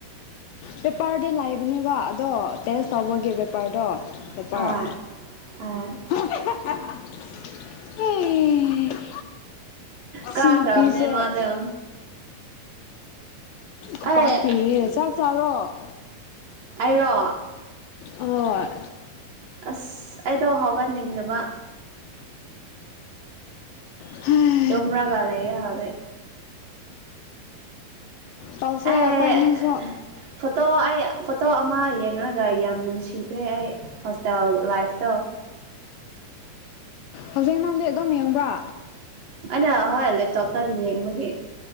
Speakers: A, on the left; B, on the right.
A: ꯄꯦꯄꯔꯗꯤ ꯂꯩꯕꯅꯦꯕ ꯑꯗꯣ ꯇꯦꯁ ꯇꯧꯕꯒꯤ ꯄꯦꯄꯔꯗꯣ ꯄꯦꯄꯔ
B: <unintelligible>
A: <unintelligible>
B: ꯀꯥ
A: ꯁꯤ ꯅꯨꯄꯤꯁꯦ
B: ꯈꯔꯕꯅꯦ ꯃꯥꯗ‌ꯣ
A: ꯈꯨꯄꯥꯛ
B: ꯑꯩ
A: ꯄꯤꯅꯤꯡꯉꯦ ꯆꯥꯛ ꯆꯥꯔꯣ
B: ꯑꯩꯔꯣ
A: ꯍꯣꯏ
B: ꯑꯁ ꯑꯩꯗꯣ ꯍꯧꯒꯠꯅꯤꯡꯗꯕ
A: ꯍꯥꯝ
B: <unintelligible> ꯂꯩꯌꯦ ꯍꯧꯖꯤꯛ
A: ꯇꯧꯁꯦ
B: ꯑꯦ
A: ꯑꯩꯈꯣꯏ ꯑꯅꯤꯁꯨ꯫
B: ꯐꯣꯇꯣ ꯑꯩ ꯐꯣꯇꯣ ꯑꯃ ꯌꯦꯡꯔꯒ ꯌꯥꯝ ꯅꯨꯡꯁꯤꯈ꯭ꯔꯦ ꯑꯩ ꯍꯣꯁꯇꯦꯜ ꯂꯥꯏꯐꯇꯣ꯫
A: ꯍꯧꯖꯤꯛ ꯅꯪꯗꯤ ꯑꯗꯨꯝ ꯌꯦꯡꯕ꯭ꯔꯥ?
B: ꯑꯩꯅ ꯍꯣꯏ ꯂꯦꯞꯇꯣꯞꯇꯕꯨ ꯌꯦꯡꯕꯒꯤ꯫